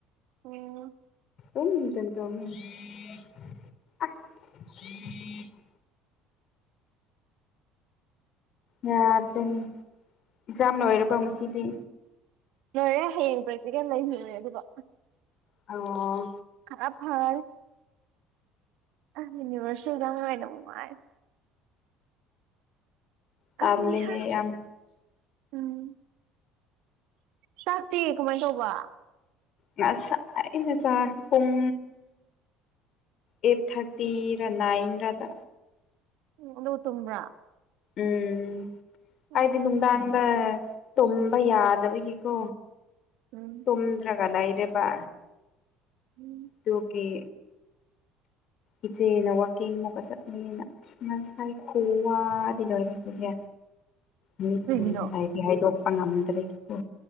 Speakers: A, on the right; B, on the left.
A: ꯑꯣ
B: <unintelligible> ꯑꯁ ꯌꯥꯗ꯭ꯔꯦꯅꯦ ꯑꯦꯛꯖꯥꯝ ꯂꯣꯏꯔꯕ꯭ꯔꯣ ꯉꯁꯤꯗꯤ
A: ꯂꯣꯏꯔꯦ ꯍꯌꯦꯡ ꯄ꯭ꯔꯦꯛꯇꯤꯀꯦꯜ ꯂꯩ ꯂꯣꯔꯦ ꯑꯗꯨꯒꯥ
B: ꯑꯣ
A: ꯈꯔ ꯐꯔꯦ ꯑꯁ ꯌꯨꯅꯤꯚꯔꯁꯦꯜ ꯑꯦꯛꯖꯥꯝ ꯅꯨꯉꯥꯏꯗꯧ ꯃꯥꯜꯂꯦ
B: ꯇꯜꯂꯦꯍꯦ
A: ꯑꯩꯍꯥ
B: ꯌꯥꯝ
A: ꯎꯝ ꯆꯥꯛꯇꯤ ꯀꯃꯥꯏꯅ ꯇꯧꯕ
B: ꯉꯁꯥꯏꯅꯥ ꯆꯥꯛ ꯄꯨꯡ ꯑꯩꯠ ꯊꯥꯔꯇꯤ ꯔ ꯅꯥꯏꯟ ꯔꯗ
A: ꯎꯝ ꯑꯗꯨꯒ ꯇꯨꯝꯕ꯭ꯔꯥ
B: ꯎꯝ
A: ꯎꯝ
B: ꯑꯩꯗꯤ ꯅꯨꯡꯗꯥꯡꯗ ꯇꯨꯝꯕ ꯌꯥꯗꯕꯒꯤꯀꯣ
A: ꯎꯝ
B: ꯇꯨꯝꯗ꯭ꯔꯒ ꯂꯩꯔꯦꯕ
A: ꯎꯝ
B: ꯑꯗꯨꯒꯤ ꯏꯆꯦꯅ ꯋꯥꯛꯀꯤꯡ ꯃꯨꯛꯀ ꯆꯠꯅꯤꯡꯉꯦꯅ ꯉꯥꯁꯥꯏ ꯈꯨꯋꯥꯗꯤ ꯂꯣꯏꯔꯦꯍꯦ ꯑꯩ
A: ꯀꯩꯒꯤꯅꯣ
B: ꯌꯨꯝꯗ ꯥꯍꯥꯢꯗꯤ ꯍꯥꯏꯗꯣꯛꯄ ꯉꯝꯗꯕꯒꯤꯀꯣ